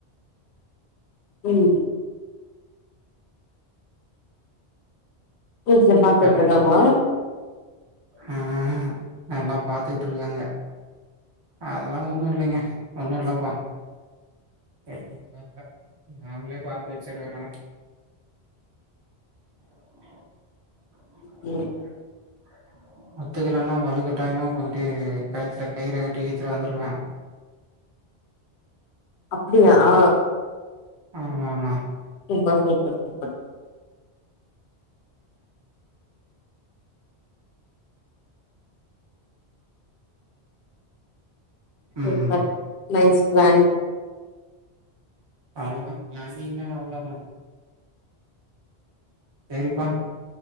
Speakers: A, on the left; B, on the right.
A: ம்ம் வீட்டுல பாத்துட்டு
B: கல்
A: இருக்காங்களா
B: ஆ எல்லா பாத்துட்டு இருக்காங்க அதெல்லா ஒண்ணு இல்லிங்க ஒண்ணு இல்லப்பா <unintelligible> நாமளே பாத்து வச்சுருக்குறோ <unintelligible>
A: ம்ம்
B: <unintelligible> ஓத்துக்கலன்னா வழுக் கட்டாயமா போயிட்டு கழுத்துல கயிற கட்டி இழுத்துட்டு வந்துருவ
A: அப்டியா ஆ
B: ஆமா ஆமா
A: சூப்பர் சூப்பர் சூப்பர் சூப்பர்
B: ம்
A: நைஸ் ப்ளான்
B: அவ்ளதா பிளானிங்தா அவ்ளதா சரிப்பா